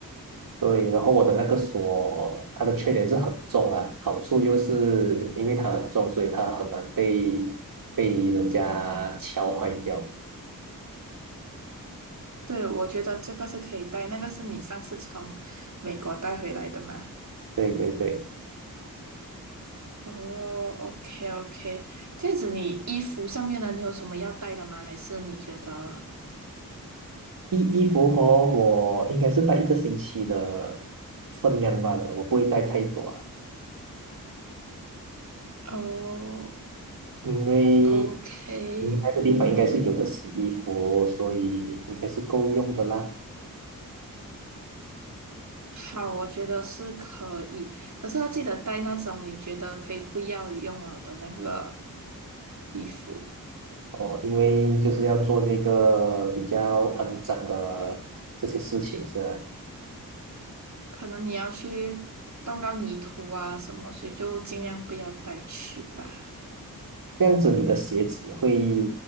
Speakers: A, on the right; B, on the right.
A: 对。然后我的那个锁，它的缺点是很重啊，好处就是因为它很重，所以它很难被被人家敲坏掉。
B: 对，我觉得这个是可以带，那个是你上次从美国带回来的嘛？
A: 对对对。
B: 哦，OK OK，这样子你衣服上面的你有什么要带的吗？还是你觉得？
A: 衣衣服和我应该是带一个星期的分量罢了，我不会带太多啊，
B: 哦
A: 因为
B: ，OK，
A: 那个地方应该是有的洗衣服，所以应该是够用的啦。
B: 好，我觉得是可以，可是要记得带那种你觉得可以不要用了的那个衣服，
A: 哦，因为就是要做这个比较肮脏的这些事情，是吧
B: 可能你要去动到泥土啊什么，所以就尽量不要带去吧。
A: 这样子，你的鞋子会